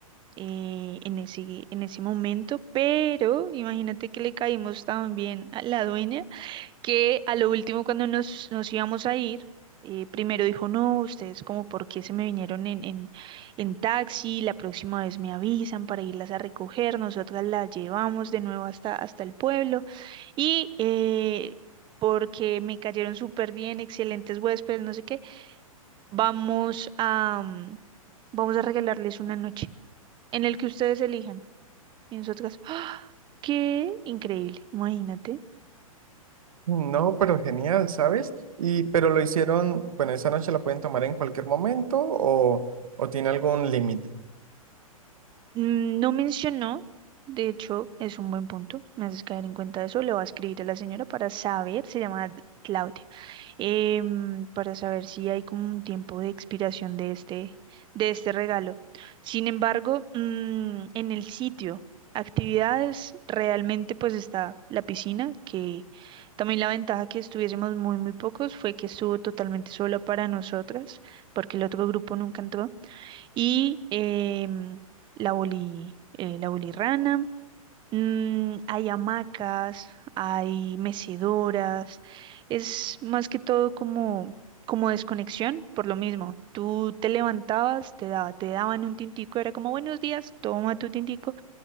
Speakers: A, on the right; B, on the right.
A: eh, en ese, en ese momento, pero imagínate que le caímos también a la dueña que a lo último cuando nos, nos íbamos a ir, eh, primero dijo, no, ustedes como por qué se me vinieron en, en, en taxi, la próxima vez me avisan para irlas a recoger, nosotras las llevamos de nuevo hasta, hasta el pueblo y eh, porque me cayeron súper bien, excelentes huéspedes, no sé qué, vamos a, mm, vamos a regalarles una noche en el que ustedes elijan. Y nosotras, ¡ah! ¡Qué increíble! Imagínate.
B: No, pero genial, ¿sabes? Y pero lo hicieron, bueno, esa noche la pueden tomar en cualquier momento o, o tiene algún límite.
A: Mm, No mencionó, de hecho, es un buen punto, me haces caer en cuenta de eso, le voy a escribir a la señora para saber, se llama Claudia, em, para saber si hay como un tiempo de expiración de este, de este regalo. Sin embargo, mm, en el sitio, actividades, realmente pues está la piscina, que también la ventaja que estuviésemos muy, muy pocos fue que estuvo totalmente solo para nosotras, porque el otro grupo nunca entró y em, la boli, eh, la bolirrana. Mm, hay hamacas, hay mecedoras. Es más que todo como, como desconexión, por lo mismo. Tú te levantabas, te daba, te daban un tintico, era como buenos días, toma tu tintico